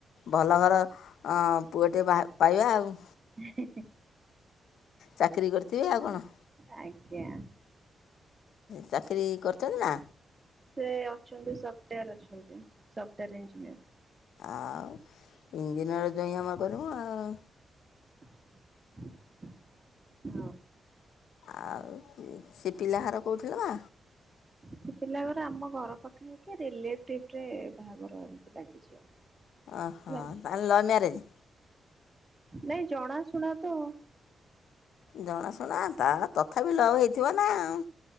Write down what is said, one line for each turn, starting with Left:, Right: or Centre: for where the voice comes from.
Left: ଭଲ ଘର ପୁଅଟିିଏ ପା-ପାଇବା ଆଉ।
Right: ହେ ହେ ହେ
Left: ଚାକିରୀ କରିଥିବେ। ଆଉ କଣ?
Right: ଆଜ୍ଞା।
Left: ଚାକିରି କରିଛନ୍ତି ନା?
Right: ସେ ଅଛନ୍ତି ସଫ୍ଟୱେରରେ ଅଛନ୍ତି। Software engineer.
Left: ଆଉ ଇଞ୍ଜିନିୟର ଜଇଁ ଆମେ କରିବୁ ଆଉ!
Right: <unintelligible>
Left: ଆଉ ସେ ପିଲା ଘର କୋଉଠୀ ଲ?
Right: ସେ ପିଲା ଘର ଆମ ଘର ପାଖେ ଆଖେରେ। <unintelligible> ବାହାଘର ଏମତି ଲାଗିଛି ଆଉ।
Left: ଓହୋ,
Right: ହେଲା
Left: ତାହେଲେ ଲବ୍ ମ୍ୟାରେଜ?
Right: ନାଇଁ ଜଣାଶୁଣା ତ ଆଉ।
Left: ଜଣାଶୁଣା ତାର ତଥାପି ଲଭ୍ ହେଇଥିବ ନା ଆଉ।